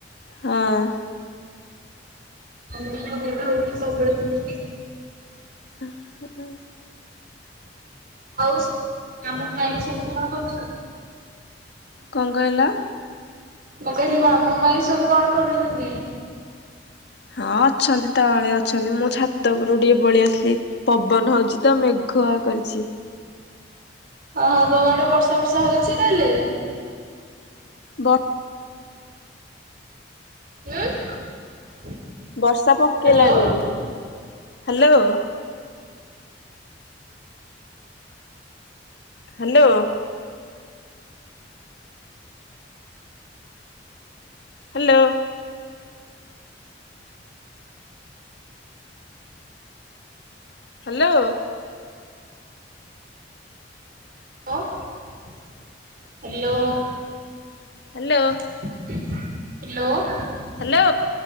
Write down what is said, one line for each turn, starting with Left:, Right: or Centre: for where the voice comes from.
Left: ହଁ।
Right: <unintelligible> ଆମ କଟା ହଉ ସବୁବେଳେ ହୁ କି
Left: ଆଁ ହାଁ ହାଁ
Right: ଆଉସୁ ଲାମ ପାଇଁ ସରୁ କଣ କରୁଛ।
Left: କଣ କହିଲ?
Right: ମୁଁ କହିଲି ମାମୁ ମାଇଁ ସବୁ କଣ କରୁଛନ୍ତି?
Left: ହଁ ଅଛନ୍ତି ତଳେ ଅଛନ୍ତି ମୁଁ ଛାତ ଉପରୁ ଟିକେ ପଳେଇ ଆସିଲି। ପବନ ହଉଛି ତ ମେଘୁଆ କରିଛି।
Right: ଓହୋ ତମ ଆଡେ ବର୍ଷା ଫର୍ଷା ହଉଛି ତା ହେଲେ।
Left: ବଡ଼
Right: <unintelligible>
Left: ବର୍ଷା ପକେଇଲାଣି
Right: ହ୍ୟାଲୋ
Left: ଏବେ hello. Hello. Hello. Hello.
Right: Hello hello.
Left: Hello.
Right: Hello.
Left: Hello